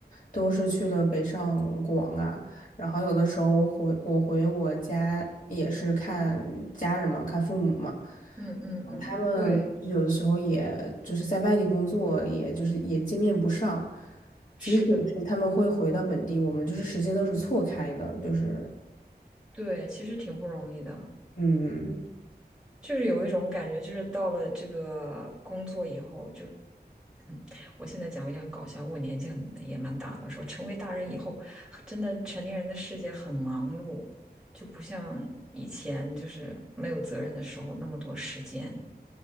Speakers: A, on the left (about 50°); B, in the centre.
A: 都是去了北上广啊，然后有的时候回我回我家也是看家人嘛，看父母嘛，
B: 嗯嗯嗯，
A: 他们有的时候也就是在外地工作，
B: 对，
A: 也就是也见面不上，
B: 是的，
A: 即使是他们会回到本地，我们就是时间都是错开的，就是
B: 对，其实挺不容易的。
A: 嗯。
B: 就是有一种感觉，就是到了这个工作以后，就，嗯我现在讲有点搞笑，我年纪很也蛮大了，说成为大人以后，真的成年人的世界很忙碌，就不像以前就是没有责任的时候那么多时间。